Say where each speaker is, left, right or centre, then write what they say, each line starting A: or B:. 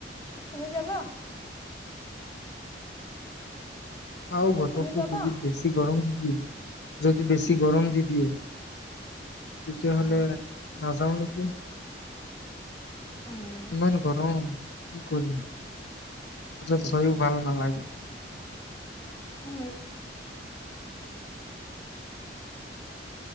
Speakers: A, on the left; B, on the left.
A: তুমি যাবা?
B: চাও বতৰটো
A: তুমি যাবা
B: যদি বেছি গৰম নিদিয়ে। যদি বেছি গৰম দি দিয়ে তেতিয়াহলে,
A: উম
B: নাযাও নেকি।
A: উম
B: ইমান গৰম। কি কৰিম কলেজত গৈও ভাল নালাগে।
A: হয়।